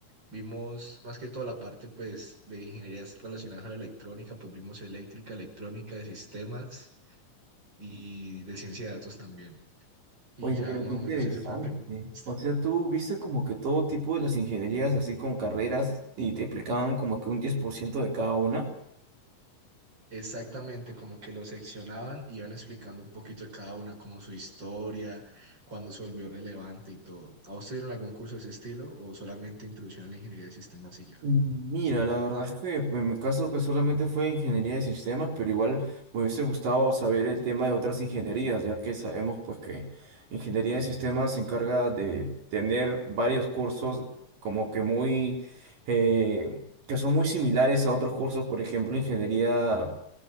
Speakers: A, on the right; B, on the right.
A: Vimos más que toda la parte pues, de ingenierías relacionadas a la electrónica, pues vimos eléctrica, electrónica, de sistemas y de ciencia de datos también. Y
B: Oye,
A: ya
B: mira,
A: más
B: qué interesante.
A: o menos ese fue el primer semestre.
B: O sea, tú viste como que todo tipo de las ingenierías, así con carreras, y te explicaban como que un 10% de cada una.
A: Exactamente, como que lo seccionaban y iban explicando un poquito a cada una, como su historia, cuándo se volvió relevante y todo. ¿A usted dieron algún curso de ese estilo o solamente introducción a la ingeniería de sistemas y ya?
B: Mira, la verdad es que pues, en mi caso pues solamente fue ingeniería de sistemas, pero igual me hubiese gustado saber el tema de otras ingenierías, ya que sabemos pues que ingeniería de sistemas se encarga de tener varios cursos como que muy eh, que son muy similares a otros cursos, por ejemplo, ingeniería